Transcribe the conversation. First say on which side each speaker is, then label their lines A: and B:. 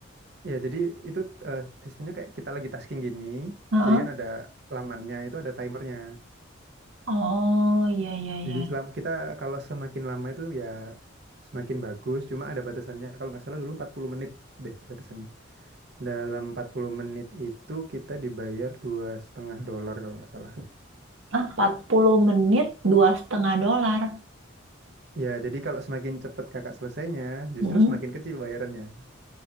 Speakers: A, on the right (about 55°); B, on the right (about 75°).
A: Ya jadi itu eh, sistemnya kayak kita lagi tasking gini,
B: Heeh.
A: jadi kan ada lamannya itu ada timernya.
B: Oh, iya, iya, iya.
A: Jadi selam kita kalau semakin lama itu ya semakin bagus. Cuma ada batasannya kalau nggak salah dulu 40 menit deh batasannya. Dalam 40 menit itu kita dibayar dua setengah dolar kalau nggak salah.
B: Ah, 40 menit, dua setengah dolar.
A: Ya jadi kalau semakin cepat kakak selesainya, justru
B: Mm-mm.
A: semakin kecil bayarannya.